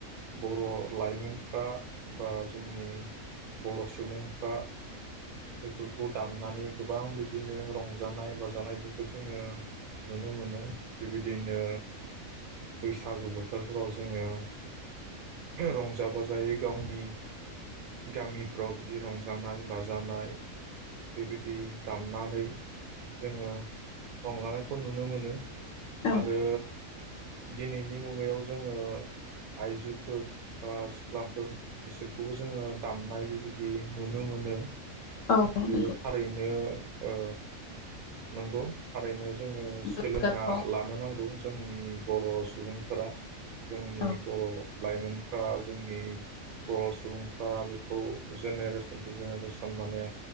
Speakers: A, on the right; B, on the left.
A: बर' लाइमोनफ्रा बा जोंनि बर' सुबुंफ्रा बेफोरखौ दामनानै गोबां बिदिनो रंजानाय बाजानायफोरखौ जोङो नुनो मोनो बेबायदिनो बैसागो बोथोरफ्राव जोङो रंजा बाजायै गावनि गामिफ्राव बिदि रंजानाय बाजानाय बेबायदि दामनानै जोङो रंजानायखौ नुनो मोनो।
B: औ
A: आरो दिनैनि मुगायाव ज जोङो आइजोफोर बा सिख्लाफोर बिसोरखौबो जोङो दामनाय बेबायदि नुनो मोनो।
B: औ
A: बियो
B: नंगौ
A: थारैनो ओ नंगौ थारैनो जोङो सोलोंना
B: गोगाथाव
A: लानो नांगौ जोंनि बर' सुबुंफोरा जोंनि
B: औ
A: बर' लाइमोन फ्रा जोंनि बर' सुबुंफ्रा बेखौ जेनेरेसन टु जेनेरेसन माने